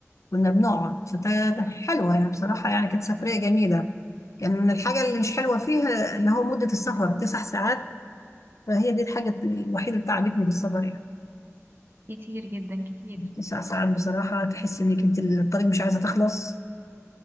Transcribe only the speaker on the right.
كتير جدا كتير